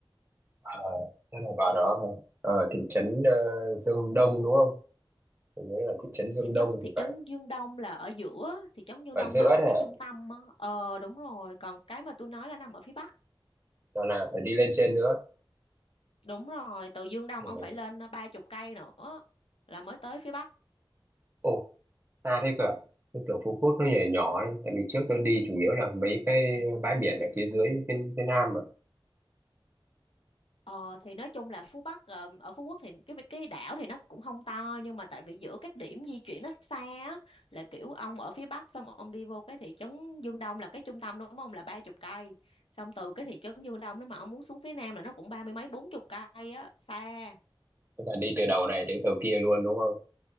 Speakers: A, on the right; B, on the left.
A: Ờ, thế là vào đó hả? ở thị trấn ờ, Dương Đông đúng không tôi nhớ là thị trấn Dương
B: thị trấn
A: Đông
B: thị
A: thì
B: trấn
A: phải
B: Dương Đông là ở giữa thị trấn Dương
A: ở
B: Đông
A: giữa
B: là
A: đấy
B: ở
A: đó
B: cái trung tâm á ờ đúng rồi còn cái mà tôi nói là nằm ở phía bắc
A: là phải đi lên trên nữa
B: đúng rồi từ Dương Đông
A: ừ.
B: ông phải lên ba chục cây nữa là mới tới phía bắc
A: ồ xa thế cơ à? tôi tưởng Phú Quốc nó nhỏ nhỏ ấy. tại vì trước tôi đi chủ yếu là mấy cái bãi biển ở phía dưới phía, phía nam mà
B: Ờ thì nói chung là Phú Bắc ờ, ở Phú Quốc thì cái vi- cái đảo thì nó cũng không to nhưng mà tại vì giữa các điểm di chuyển nó xa á là kiểu ông ở phía Bắc xong ông đi vô cái thị trấn Dương Đông là cái trung tâm đúng không là ba chục cây xong từ cái thị trấn Dương Đông đó mà ông muốn xuống phía Nam là nó cũng ba mươi mấy bốn chục cây á xa
A: tức là đi từ đầu này đến đầu kia luôn đúng không